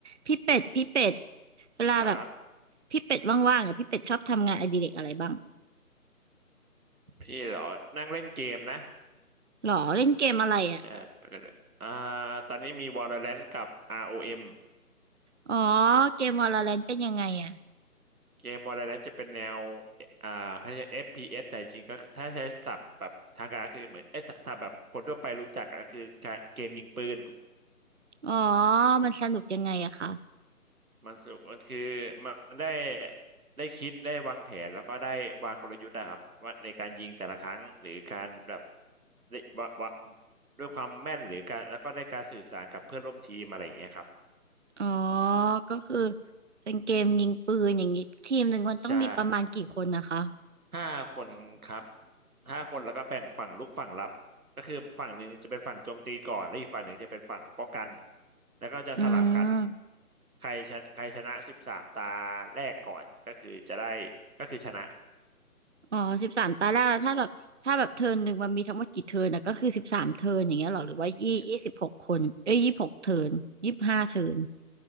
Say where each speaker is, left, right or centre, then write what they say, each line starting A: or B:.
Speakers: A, on the right; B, on the right.
A: พี่เป็ดพี่เป็ดเวลาแบบ
B: ครับ
A: พี่เป็ดว่างๆอ่ะพี่เป็ดชอบทำงานอดิเรกอะไรบ้าง
B: พี่เหรอนั่งเล่นเกมนะ
A: หรอเล่นเกมอะไรอ่ะ
B: จะไปกันเลยอ่าตอนนี้มี Valorant กับ ROM เอ็ม
A: อ๋อเกมวาโลแรนต์เป็นยังไงอ่ะ
B: เกม Valorant จะเป็นแนวอ่าเขาจะ FPS แต่จริงๆก็ถ้าใช้ศัพท์แบบทางการก็คือเหมือนเอ๊ะถ้าถ้าแบบคนทั่วไปรู้จักก็คือการเกมยิงปืน
A: อ๋อมันสนุกยังไงอะคะ
B: มันสนุกมันคือมันได้ได้คิดได้วางแผนแล้วก็ได้วางกลยุทธ์นะครับว่าในการยิงแต่ละครั้งหรือการแบบได้วะวะด้วยความแม่นหรือการแล้วก็ได้การสื่อสารกับเพื่อนร่วมทีมอะไรอย่างเงี้ยครับ
A: อ๋อก็คือเป็นเกมยิงปืนอย่างนี้ทีมหนึ่งมันต้องมีประมาณกี่คนนะคะ
B: ใช่ ห้าคนครับห้าคนแล้วก็แบ่งฝั่งรุกฝั่งรับก็คือฝั่งหนึ่งจะเป็นฝั่งโจมตีก่อนและอีกฝั่งหนึ่งจะเป็นฝั่งป้องกันแล้วก็จะสลับกัน
A: อืม
B: ใครชนะใครชนะสิบสามตาแรกก่อนก็คือจะได้ก็คือชนะ
A: อ๋อสิบสามตาแรกแล้วถ้าแบบถ้าแบบเทิร์นหนึ่งมันมีทั้งหมดกี่เทิร์นนะก็คือสิบสามเทิร์นอย่างเงี้ยหรอหรือว่ายี่ยี่สิบหกคนเอ้ยยี่สิบหกเทิร์นยี่สิบห้าเทิร์น
B: ช